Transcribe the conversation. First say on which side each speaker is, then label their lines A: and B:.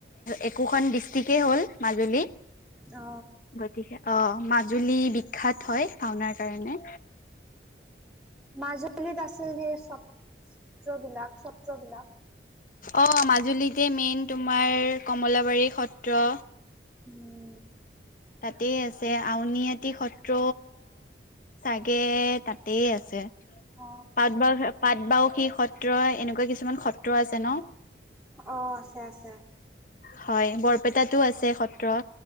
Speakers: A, on the left (about 45°); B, in the centre.
A: একোখন ডিষ্ট্ৰিকেই হ'ল মাজুলী
B: অ
A: গতিকে অ মাজুলী বিখ্যাত হয় ভাওনাৰ কাৰণে
B: মাজুলীত আছিল সেই চত্ৰবিলাক চত্ৰবিলাক
A: অ মাজুলীতে মেইন তোমাৰ কমলাবাৰী সত্ৰ
B: উম
A: তাতেই আছে আউনীআটি সত্ৰ চাগে তাতেই আছে
B: অ
A: পাট বাও পাট বাওসি সত্ৰ এনেকুৱা কিছুমান সত্ৰ আছে ন
B: অ আছে আছে
A: হয় বৰপেটাতো আছে সত্ৰ